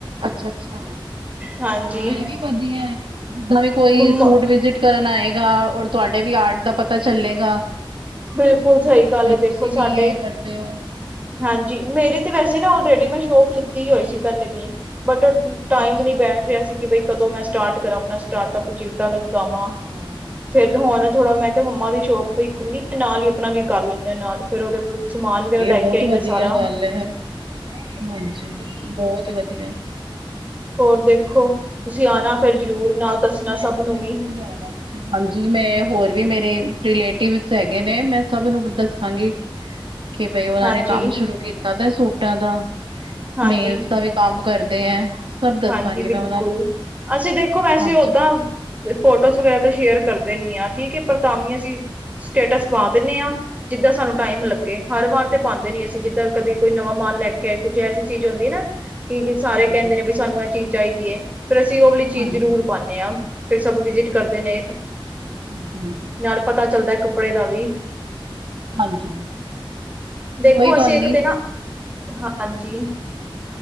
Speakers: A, on the right (about 65°); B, on the right (about 15°).
A: ਅੱਛਾ, ਅੱਛਾ
B: ਹਾਂਜੀ
A: ਹਾਂ ਇਹ ਵੀ ਵਧੀਆ, ਜਿੱਦਾਂ ਵੀ ਕੋਈ
B: ਮੰਮਾ
A: ਸੂਟ ਵਿਜਟ ਕਰਨ ਆਏਗਾ ਔਰ ਤੁਹਾਡੇ ਵੀ ਆਰਟ ਦਾ ਪਤਾ ਚੱਲੇਗਾ
B: ਬਿਲਕੁਲ ਸਹੀ ਗੱਲ
A: ਬਈ
B: ਹੈ
A: ਤੁਸੀਂ
B: ਦੇਖੋ
A: ਵੀ
B: ਸਾਡੇ
A: ਇਹ ਕਰਦੇ ਓ,
B: ਹਾਂਜੀ ਮੇਰੇ ਤੇ ਵੈਸੇ ਆਲਰੇਡੀ ਮੈਂ ਸ਼ੋਪ ਲਿੱਤੀ ਹੋਈ ਸੀ ਪਹਿਲੇ ਦੀ, ਬਟ ਟਾਈਮ
A: ਅੱਛਾ,
B: ਨਹੀਂ ਬੈਠ ਰਿਹਾ ਸੀ ਕਿ ਬ ਕਦੋਂ ਮੈਂ ਸਟਾਰਟ ਕਰਾਂ ਆਪਣਾ ਸਟਾਰਟਪ ਅਪ ਜਿਦਾਂ ਲਗਾਵਾਂ
A: ਹਾਂ।
B: ਫੇਰ ਹੁਣ ਥੋੜਾ ਮੈਂ ਕਿਹਾ ਮੰਮਾ ਦੀ ਸ਼ੋਕ ਪਈ ਖੁੱਲੀ ਹੈ ਨਾਲ ਹੀ ਆਪਣਾ ਵੀ ਕਰ ਲੈਂਦੇਾ ਨਾਲ ਫੇਿਰ ਉਹਦੇ ਸਮਾਨ ਵਗੈਰਾ
A: ਇਹ
B: ਲੈ ਕੇ
A: ਬਹੁਤ
B: ਆਈ
A: ਵਧੀਆ
B: ਮੈਂ ਸਾਰਾ
A: ਗੱਲ ਐ, ਹਾਂਜੀ, ਬਹੁਤ ਵਧੀਆ
B: ਹੋਰ ਦੇਖੋ,
A: ਹੋਰ
B: ਤੁਸੀਂ
A: ਸੁਣਾਓ?
B: ਆਉਣਾ ਫਿਰ ਜ਼ਰੂਰ ਨਾਲ ਦੱਸਣਾ
A: ਬਸ
B: ਸਭ ਨੂੰ
A: ਜ਼ਰੂਰ
B: ਵੀ
A: ਆਵਾਂਗੀ ਹਾਂਜੀ, ਮੈਂ ਹੋਰ ਵੀ ਮੇਰੇ ਰਿਲੇਟਿਵਸ ਹੈਗੇ ਨੇ, ਮੈਂ ਸਭ ਨੂੰ ਦੱਸਾਂਗੀ ਕਿ ਬਈ ਉਹਨਾਂ
B: ਹਾਂਜੀ
A: ਨੇ ਕੰਮ ਸ਼ੁਰੂ ਕੀਤਾ ਤੇ ਸੂਟਾਂ ਦਾ,
B: ਹਾਂਜੀ
A: ਨੇਲਸ ਦਾ ਵੀ ਕੰਮ ਕਰਦੇ ਹੈ ਸਭ ਦੱਸਾਂਗੀ
B: ਹਾਂਜੀ
A: ਮੈਂ
B: ਬਿਲਕੁਲ,
A: ਉਹਨਾਂ ਨੂੰ
B: ਅਸੀਂ ਦੇਖੋ ਵੈਸੇ
A: ਹਾਂਜੀ
B: ਓਦਾਂ ਤੇ ਫੋਟੋਜ਼ ਵਗੈਰਾ ਤਾਂ ਸ਼ੇਅਰ ਕਰਦੇ ਨੀ ਆ, ਠੀਕ ਐ ਪਰ ਤਾਂ ਵੀ ਅਸੀਂ ਸਟੇਟਸ ਪਾ ਦਿੰਦੇ ਆ ਜਿੱਦਾਂ ਸਾਨੂੰ ਟਾਈਮ ਲੱਗੇ, ਹਰ ਵਾਰ ਤੇ ਪਾਂਦੇ ਨੀ ਅਸੀਂ, ਜਿੱਦਾਂ ਕਦੀ ਕੋਈ ਨਵਾਂ ਮਾਲ ਲੈ ਕੇ ਆਏ, ਕੁਛ ਐਸੀ ਚੀਜ਼ ਹੁੰਦੀ ਨਾ ਕਿ ਕਿ ਸਾਰੇ
A: ਹਾਂਜੀ
B: ਕੈਂਦੇ ਨੇ ਵੀ ਸਾਨੂੰ ਇਹ ਚੀਜ਼ ਚਾਹੀਦੀ ਏ, ਫਿਰ ਅਸੀਂ ਉਹ ਵਾਲੀ ਚੀਜ਼
A: ਹਾਂਜੀ
B: ਜ਼ਰੂਰ ਪਾਂਣ ਏ ਆ, ਫੇਰ ਸਭ ਵਿਜਿਟ ਕਰਦੇ ਨੇ
A: ਅੱਛਾ ਜੀ
B: ਨਾਲ ਪਤਾ ਚੱਲਦਾ ਕੱਪੜੇ ਦਾ ਵੀ
A: ਹਾਂਜੀ।
B: ਦੇਖੋ
A: ਕੋਈ
B: ਅਸੀਂ
A: ਗੱਲ
B: ਇੱਕ
A: ਨਹੀਂ
B: ਤੇ ਨਾ, ਹਾਂਜੀ